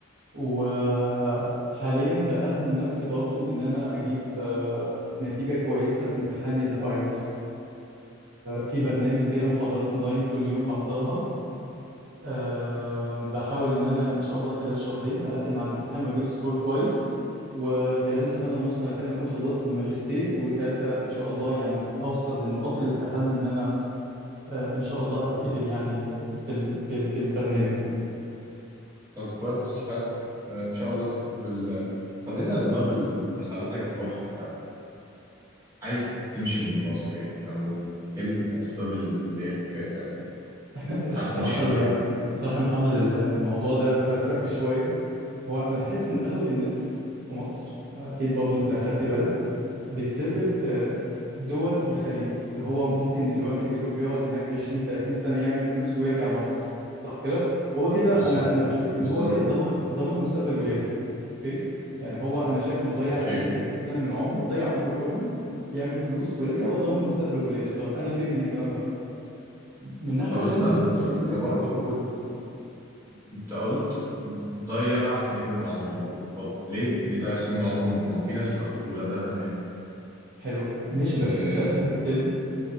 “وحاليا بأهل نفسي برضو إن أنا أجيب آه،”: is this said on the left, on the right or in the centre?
Right